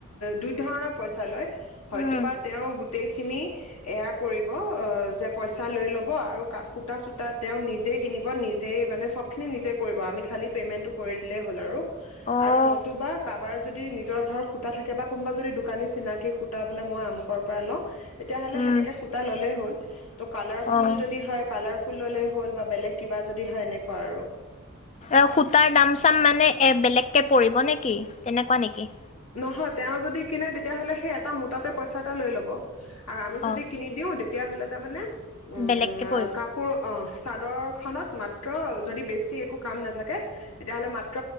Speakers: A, on the left (about 80°); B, on the left (about 30°).
A: দুই ধৰণৰ পইচা লয়। হয়তো
B: উম
A: বা তেওঁ গোটেই এইখিনি এয়া কৰিব অ যে পইচা লৈ ল'ব আৰু সূতা চুতা তেওঁ নিজে কিনিব নিজে মানে চব এইখিনি নিজে কৰিব আমি খালি পে'মেণ্টটো কৰি দিলেই হ'ল আৰু
B: অ'
A: আৰু নতুবা কাবাৰ যদি নিজৰ ঘৰৰ সূতা থাকে বা কোনোবা যদি দোকানী চিনাকি সূতা বোলে মই আমুকৰ পৰা লও তেতিয়াহলে
B: উম
A: হেনেকে সূতা ল'লেই হ'ল। <unintelligible> তঅ কালাৰফুল
B: অ'
A: যদি হৈ কালাৰ ফুল ললে হ'ল বা বেলেগ কিবা যদি হয় এনেকুৱা আৰু
B: এ সূতাৰ দাম চাম মানে এ বেলেগ তে পৰিব নেকি তেনেকুৱা নেকি
A: নহয় তেওঁ যদি কিনে, তেতিয়াহ'লে সেই এটা মোটাকে পইচা এটা লৈ ল'ব। আৰু আমি
B: অ'
A: যদি কিনি দিওঁ তেতিয়াহ'লে তাৰ মানে উম
B: বেলেগকে
A: অহ‌
B: পৰিব
A: কাপোৰ অহ চাদৰখনত মাত্ৰ যদি বেছি একো কাম নাথাকে তেতিয়াহ'লে মাত্ৰ